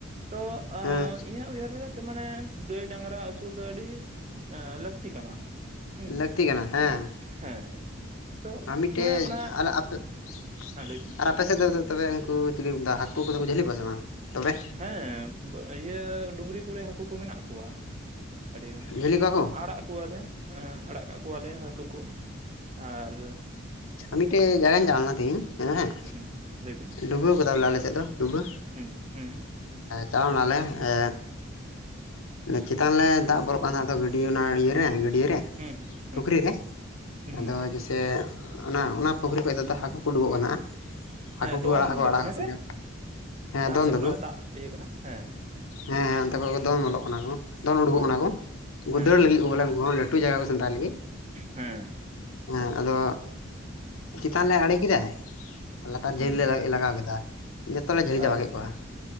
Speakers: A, on the right; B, on the left.
A: ᱛᱚ
B: ᱦᱮᱸ
A: ᱤᱧᱟᱜ ᱩᱭᱦᱟᱹᱨ ᱞᱮ ᱛᱚ ᱢᱟᱱᱮ ᱜᱟᱹᱭ ᱰᱟᱝᱨᱟ ᱟᱹᱥᱩᱞ ᱫᱚ ᱟᱹᱰᱤ ᱟᱺ ᱞᱟᱹᱠᱛᱤ ᱠᱟᱱᱟ᱾ ᱦᱩᱸ
B: ᱞᱟᱹᱠᱛᱤ ᱠᱟᱱᱟ ᱦᱮᱸ᱾
A: ᱢᱟᱱᱮ ᱦᱮᱸ ᱦᱮᱸ᱾ ᱛᱚ
B: ᱟ ᱢᱤᱫᱴᱟᱹᱡ
A: ᱢᱟᱱᱮ
B: <unintelligible>
A: ᱚᱱᱟ ᱦᱮᱸ ᱞᱟᱹᱭ ᱵᱤᱱ
B: ᱟᱯᱮ ᱥᱮᱫ ᱫᱚ <unintelligible> ᱛᱚᱵᱮ ᱩᱱᱠᱩ ᱪᱤᱞᱤ ᱢᱮᱛᱟ ᱠᱚᱣᱟ, ᱦᱟᱹᱠᱩ ᱠᱚᱫᱚ ᱠᱚ ᱡᱷᱟᱹᱞᱤ ᱠᱚᱣᱟ ᱥᱮ ᱵᱟᱝ, ᱛᱚᱵᱮ?
A: ᱦᱮᱸ, ᱤᱭᱟᱹ ᱰᱩᱝᱨᱤ ᱠᱚᱨᱮ ᱦᱟᱹᱠᱩ ᱠᱚ ᱢᱮᱱᱟᱜ ᱠᱚᱣᱟ᱾ ᱟᱹᱰᱤ ᱜᱟᱱ᱾
B: ᱡᱷᱟᱹᱞᱤ ᱠᱚᱣᱟ ᱠᱚ
A: ᱟᱲᱟᱜ ᱠᱚᱣᱟᱞᱮ᱾ ᱮᱸ ᱟᱲᱟᱜ ᱠᱚᱣᱟᱞᱮ ᱦᱟᱹᱠᱩ ᱠᱚ ᱟᱨ
B: ᱢᱤᱫᱴᱟᱹᱡ ᱡᱟᱭᱜᱟᱧ ᱪᱟᱞᱟᱣ ᱞᱮᱱᱟ ᱛᱮᱦᱮᱧ ᱦᱮᱸ᱾
A: ᱦᱩᱸ ᱞᱟᱹᱭ ᱵᱤᱱ
B: ᱰᱩᱵᱟᱹᱣ ᱠᱟᱫᱟ ᱞᱮ ᱟᱞᱮᱥᱮᱫ ᱫᱚ᱾ ᱰᱩᱵᱟᱹ᱾
A: ᱦᱩᱸ ᱦᱩᱸ
B: ᱪᱟᱞᱟᱣ ᱞᱮᱱᱟ ᱞᱮ ᱮ ᱪᱮᱛᱟᱱ ᱞᱮ ᱫᱟᱜ ᱵᱚᱞᱚᱜ ᱠᱟᱱᱟ, ᱟᱫᱚ ᱜᱟᱹᱰᱤ ᱚᱱᱟ ᱤᱭᱟᱹᱨᱮ ᱜᱟᱹᱰᱭᱟᱹᱨ ᱨᱮ᱾
A: ᱦᱩᱸ ᱦᱩᱸ᱾
B: ᱯᱩᱠᱷᱚᱨᱤ ᱨᱮ᱾
A: ᱦᱩᱸ
B: ᱟᱫᱚ ᱡᱟᱥᱮ ᱚᱱᱟ ᱚᱱᱟ ᱯᱩᱠᱷᱚᱨᱤ ᱠᱷᱚᱡ ᱟᱫᱚ ᱦᱟᱹᱠᱩ ᱠᱚ ᱩᱰᱩᱵᱚᱜ ᱠᱟᱱᱟ᱾ ᱦᱟᱹᱠᱩ
A: ᱦᱮᱸ
B: ᱠᱚ
A: ᱫᱚᱱ
B: ᱟᱲᱟᱜ ᱫᱚᱠᱚ
A: ᱫᱟᱠᱚ
B: ᱟᱲᱟᱜ
A: ᱦᱮᱸᱥᱮ
B: ᱠᱟᱜ ᱠᱚ ᱜᱮᱭᱟ᱾ ᱦᱮᱸ,
A: ᱡᱟᱦᱟᱸ
B: ᱫᱚᱱ
A: ᱥᱮᱫ
B: ᱫᱚᱠᱚ᱾
A: ᱠᱷᱚᱱᱟᱜ ᱫᱟᱜ ᱤᱭᱟᱹ ᱠᱟᱱᱟ ᱦᱮᱸ
B: ᱦᱮᱸ ᱦᱮᱸ, ᱚᱱᱛᱮ ᱠᱷᱚᱡ ᱠᱚ ᱫᱚᱱ ᱵᱚᱞᱚᱜ ᱠᱟᱱᱟ ᱠᱚ, ᱫᱚᱱ ᱩᱰᱩᱠᱚᱜ
A: ᱦᱮᱸ
B: ᱠᱟᱱᱟ ᱠᱚ, ᱩᱱᱠᱩ
A: ᱦᱮᱸ
B: ᱫᱟᱹᱲ
A: ᱦᱮᱸ
B: ᱞᱟᱹᱜᱤᱫ ᱠᱚ ᱵᱚᱞᱮ ᱩᱱᱠᱩ ᱞᱟᱹᱴᱩ ᱡᱟᱭᱜᱟ <unintelligible>
A: ᱦᱩᱸ᱾
B: ᱟᱸ ᱟᱫᱚ ᱪᱮᱛᱟᱱ ᱞᱮ ᱟᱲᱮ ᱠᱮᱫᱟ᱾ ᱞᱟᱛᱟᱨ ᱡᱷᱟᱹᱞᱤ
A: ᱦᱩᱸ
B: ᱞᱮ ᱞᱟᱹᱜ ᱞᱟᱜᱟᱣ ᱠᱮᱫᱟ᱾ ᱡᱚᱛᱚᱞᱮ ᱡᱷᱟᱹᱞᱤ
A: ᱟᱪᱪᱷᱟ
B: ᱪᱟᱵᱟ ᱠᱮᱫ ᱠᱚᱣᱟ᱾